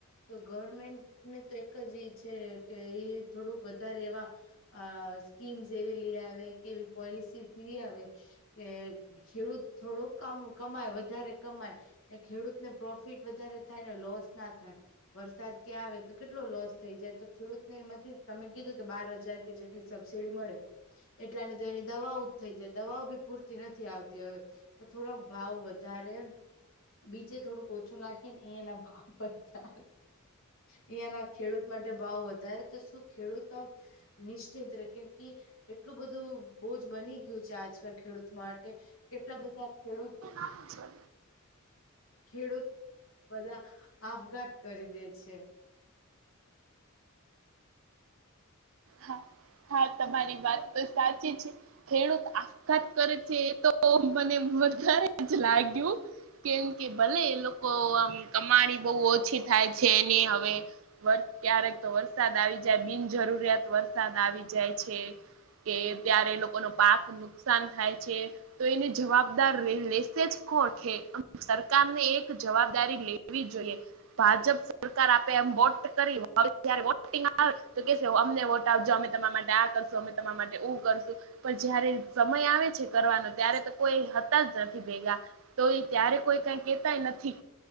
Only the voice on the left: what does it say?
તો ગવર્મેન્ટને તો એક જ ઈ છે કે થોડુંક વધારે એવા અ સ્કીમ્સ એવી લઈ આવે કે એવી પોલિસીઝ લી આવે કે ખેડૂત થોડુંક આમ કમાય વધારે કમાય ખેડૂત ને પ્રોફિટ વધારે થાય ને લોસ ના થાય. વરસાદ કે આવે તો કેટલો લોસ થઈ જાય તો ખેડૂત ને એમાંથી તમે કીધું કે બાર હજાર જેટલી સબસિડી મળે. એટલાની તો એની દવાઓ જ થઈ જાય દવાઓ બી પૂરતી નથી આવતી હવે તો થોડાોક ભાવ વ ધારે બીજે થોડુંક ઓછું નાખી ને એ એના ભાવ અહિયાંના ખેડૂત માટે ભાવ વધારે તો શું ખેડૂતો નિશ્ચિત રે કેમ કે એટલું બધું બોજ બની ગયું છે આજકાલ ખેડૂત માટે. કેટલા બધા ખેડૂત
ખેડૂત બધા આપઘાત કરી દે છે.